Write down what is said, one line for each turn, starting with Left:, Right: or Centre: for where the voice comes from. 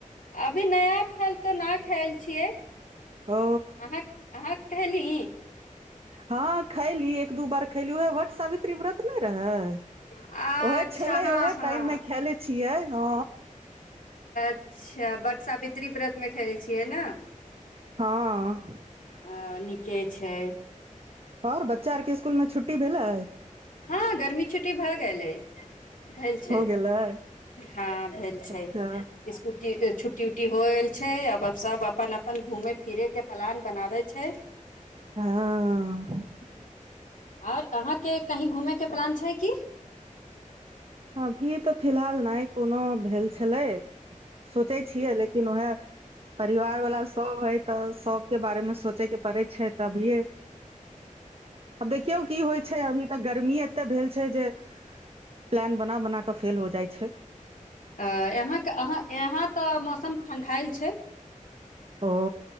Left: अभी नया फल तऽ नहि खायल छियै
Right: ओ
Left: अहाँ अहाँ कहली
Right: ह खयलीये। एक दू बार खेलु ह बट सावी त्री व्रत नहि रहै
Left: अच्छा
Right: ओह छलै
Left: हँ
Right: ओहे
Left: हँ
Right: टाइम मे खयले छियै ह
Left: अच्छा बट सावित्री व्रतमे खेलै छियै ने
Right: ह
Left: अ नीके छै
Right: आओर बच्चा आरके इसकुलमे छुट्टी भेलै
Left: ह गर्मी छुट्टी भऽ गेलै भेल छै
Right: हो गेलै
Left: ह भेल छै
Right: अच्छा
Left: इसकुटी छुट्टी छुट्टी होएल छै अब सब अपन अपन घूमे फिरे के पलान बनावे छै
Right: हँ-अ
Left: आओर अहाँके कहीं घुमैय के प्लान छै की
Right: अभी तऽ फिलहाल नहि कोनो भेल छलै सोचै छियै लेकिन उहाए परिवार वला सभ हइ तऽ सबके बारेमे सोचे के पड़ै छै, त अभियै आब देखियौ की होइ छै अभी तऽ गर्मी तऽ भेल छै जे प्लान बना-बना कऽ फेल हो जाइ छै
Left: अ-यहाँक अहाँ यहाँ तऽ मौसम ठण्ढायल छै
Right: ओ